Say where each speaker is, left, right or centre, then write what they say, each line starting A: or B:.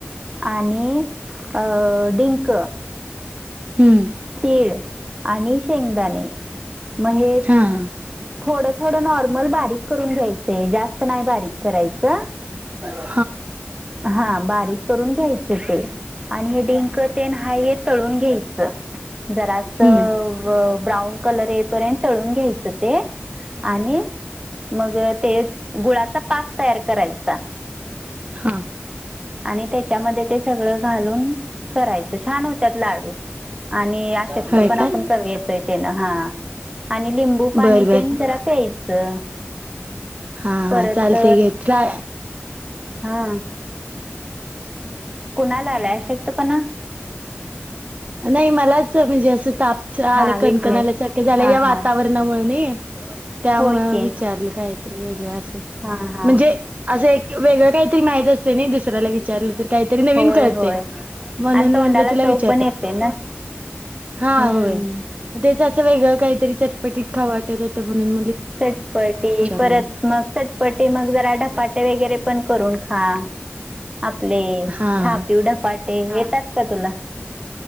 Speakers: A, on the right; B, on the right.
A: आणि अ डिंक
B: हम्म.
A: तीळ आणि शेंगदाणे मग
B: हा हा.
A: थोड थोड नॉर्मल बारीक करून घ्यायचंय जास्त नाही बारीक करायचं
B: ह
A: हा बारीक करून घ्यायचं ते आणि हे डिंक ते नाहीय तळून घ्यायचं जरा अस
B: हम्म.
A: ब्राऊन कलर ये पर्यंत तळून घ्यायच ते आणि मग ते गुळाचा पाक तयार करायचा
B: हा
A: आणि त्याच्यामध्ये ते सगळं घालून करायचं छान होतत लाडू आणि आशकत
B: होय
A: पण आपण
B: का
A: कमी येतोय ते ना हा आणि लिंबू पाणी
B: बर बर
A: तेन जरा प्यायचं
B: हा
A: परत
B: हा चालते घे तुला
A: हा कुणाला आला शकत पणा
B: नाही मलाच म्हणजे असं तापच आलं
A: हा विकनेस
B: कणकणल्यासारख्या झालं
A: हा
B: या वातावरणामुळे
A: हा.
B: नाही त्यामु
A: होय की
B: विचारले काय वेगळ अस
A: हा हा
B: म्हणजे असं एक वेगळं काहीतरी माहत असत नाही दुसऱ्याला विचारलं तर का नन
A: होय
B: क
A: होय
B: म्हण
A: आणि तोंडाला
B: म्ह तलाच
A: चव पण येते ना
B: हा
A: हम्म
B: होय अस वेगळ काहीतरी चटटीत ख पाठतात म्हणून
A: त्या चटपटी
B: विचारूया
A: परत मग चटपटी मग जर आढपाटे वगैरे पण करून खा आपले
B: हा
A: थापीव
B: हा
A: ढपाटे येतात का तुला